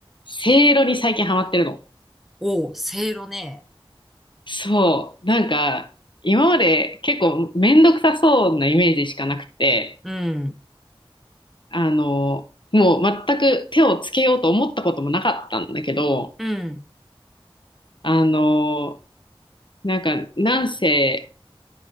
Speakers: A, on the left; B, in the centre.
A: せいろに最近ハマってるの。
B: おう、せいろね。
A: そう。なんか、今まで結構めんどくさそうなイメージしかなくて、
B: うん、
A: あの、もう全く手をつけようと思ったこともなかったんだけど、
B: うん、
A: あの、なんか、なんせ、